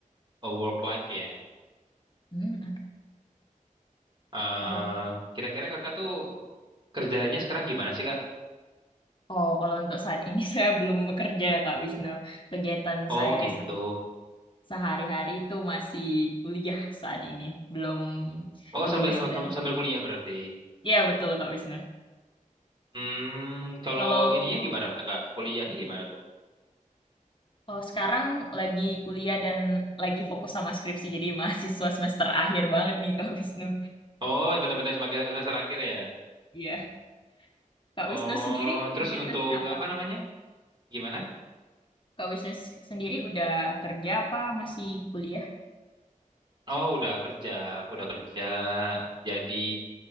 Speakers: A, on the right (about 35°); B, on the left (about 35°).
A: eh, work life ya.
B: Hmm, oke.
A: Eh,
B: Oh,
A: Kira-kira kakak tuh kerjanya sekarang gimana sih Kak?
B: oh, kalau untuk saat ini <laughs> saya belum bekerja Kak Wisnu. Kegiatan
A: Oh
B: saya
A: gitu.
B: se- sehari-hari itu masih kuliah saat ini, belum
A: Oh
B: lulus
A: sambil
B: dan
A: sambil kuliah berarti.
B: ya betul Kak Wisnu.
A: Hmm, kalau
B: Kalau
A: ininya gimana Kak? Kuliahnya gimana tuh?
B: kalau sekarang lagi kuliah dan lagi fokus sama skripsi, jadi <laughs> mahasiswa semester akhir banget nih Kak Wisnu.
A: Oh, benar-benar semester semester akhir ya.
B: Iya. Kak
A: Oh,
B: Wisnu sendiri
A: terus
B: kegiatannya
A: untuk
B: apa?
A: apa namanya? Gimana?
B: Kak Wisnu s- sendiri udah kerja apa masih kuliah?
A: Oh, udah kerja, aku udah kerja. Jadi